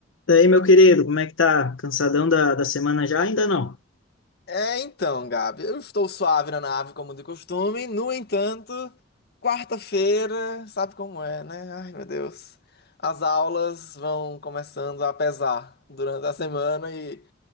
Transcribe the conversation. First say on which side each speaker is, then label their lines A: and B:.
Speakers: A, on the left; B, on the left.
A: Daí, meu querido, como é que tá? Cansadão da, da semana já? Ainda não.
B: É, então, Gabi, eu estou suave na nave, como de costume. No entanto, quarta-feira, sabe como é, né? Ai, meu Deus. As aulas vão começando a pesar durante a semana e